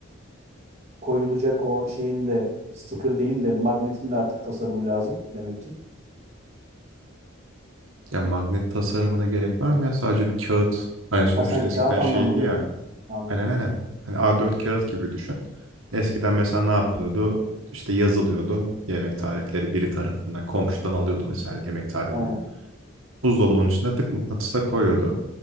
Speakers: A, on the right (about 30°); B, on the right (about 75°).
A: koyulacak o şeyin de sticker değil de magnetin de artık tasarımı lazım demek ki.
B: Ya magnet tasarımına gerek var mı ya? Sadece bir kağıt. Hani sonuçta
A: Ha sen kağıt
B: eskiden
A: anlamında
B: şeydi ya
A: dedin. Anladım.
B: Aynen aynen. Hani A4 kağıt gibi düşün. Eskiden mesela ne yapılıyordu? İşte yazılıyordu yemek tarifleri biri tarafından. Komşudan alıyordu mesela yemek tarifini.
A: Aynen.
B: Buzdolabının içine tık mıknatısla koyuyordu.